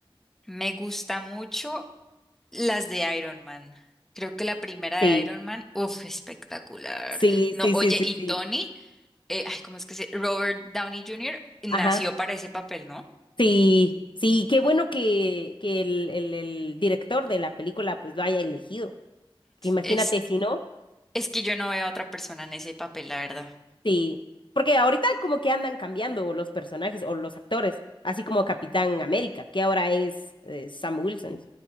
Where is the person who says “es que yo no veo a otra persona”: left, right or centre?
Centre